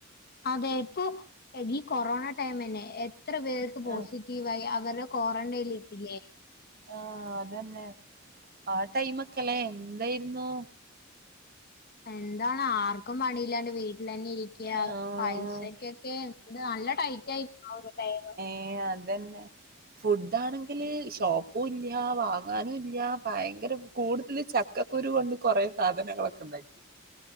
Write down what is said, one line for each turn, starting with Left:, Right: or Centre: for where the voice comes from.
Left: അതെ ഇപ്പൊ ഈ കൊറോണ ടൈമന്നെ എത്ര പേർക്ക്
Right: ആ
Left: പോസിറ്റീവായി അവരെ ക്വാറന്റൈനിൽ ഇ ഇല്ലേ
Right: ആ അതന്നെ ആ ടൈമൊക്കെല്ലേ എന്തായിരുന്നു
Left: എന്താണ് ആർക്കും പണിയില്ലാണ്ട് വീട്ടിൽ തന്നെ ഇരിക്ക ക്യാ
Right: ആഹ്
Left: പൈസക്കൊക്കെ എ നല്ല ടൈറ്റ് ആയിരുന്നു ആ ഒരു ടൈം
Right: ഏ അതന്നെ ഫുഡാണെങ്കില് ഷോപ്പുല്ല വാങ്ങാനുല്ല ഭയങ്കര കൂടുതല് ചക്കക്കുരു കൊണ്ട് കൊറെ സാധനങ്ങളൊക്കെ ഇണ്ടാക്കി